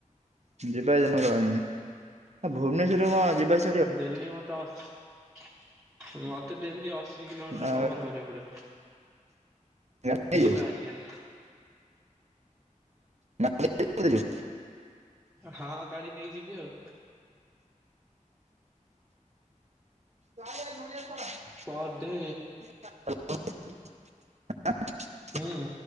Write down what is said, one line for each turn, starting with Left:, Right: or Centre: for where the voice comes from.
Right: ଯିବା <unintelligible> ମୁଁ <unintelligible> ଆ ଭୁବନେଶ୍ୱର ରୁ କଣ ଯିବା <unintelligible>
Centre: ଡେଲି ମତେ <unintelligible> ମତେ ଡେଲି <unintelligible> କିଲୋମିଟର୍
Right: ଆ
Centre: କଭର୍ କରିଆକୁ ପଡ଼ିବ,
Right: ଗାଡି ନେଇଯିବୁ?
Centre: ଯିବା ଆସି ଏଁ
Right: <unintelligible>
Centre: ହଁ ଗାଡି ନେଇ ଯିବି ଆଉ।
Right: <inaudible>
Centre: ପର୍ ଡେ
Right: <unintelligible>
Centre: ହୁଁ,